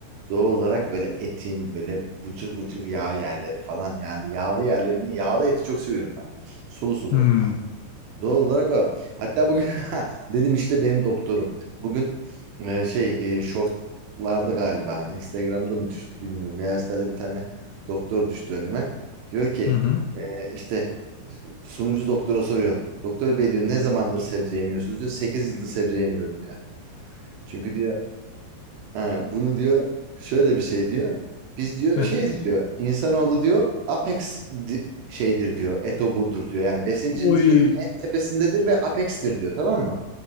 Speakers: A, on the right; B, on the left.
A: Doğal olarak böyle etin böyle bıcır bıcır yağ yerleri falan yani yağlı yerlerini yağlı eti çok seviyorum ben. Sulu sulu.
B: Hmm.
A: Doğal olarak o. Hatta bugün <laughs> dedim işte benim doktorum. Bugün e, şey e, shortlarda galiba Instagram'da mı düştü bilmiyorum. Reels'lerde bir tane doktor düştü önüme. Diyor ki
B: Hı hı.
A: e, işte sunucu doktora soruyor. Doktor bey diyor ne zamandır sebze yemiyorsunuz diyor. sekiz yıldır sebze yemiyorum diyor. Çünkü diyor Ha, bunu diyor şöyle bir şey diyor. Biz diyor
B: <laughs> Heh.
A: şeyiz diyor. İnsanoğlu diyor apex di- şeydir diyor. Etoburdur diyor. Yani besin zincirinin
B: Oy.
A: en tepesindedir ve apex'tir diyor tamam mı?